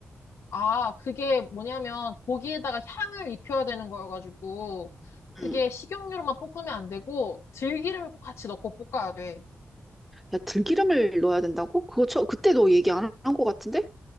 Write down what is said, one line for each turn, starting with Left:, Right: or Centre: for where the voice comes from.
Left: 아, 그게 뭐냐면 고기에다가 향을 입혀야 되는 거여가지고 그게
Centre: 응.
Left: 식용유로만 볶으면 안 되고 들기름을 꼭 같이 넣고 볶아야 돼.
Centre: 야, 들기름을 넣어야 된다고? 그거 저, 그때 너 얘기 안 한 것 같은데?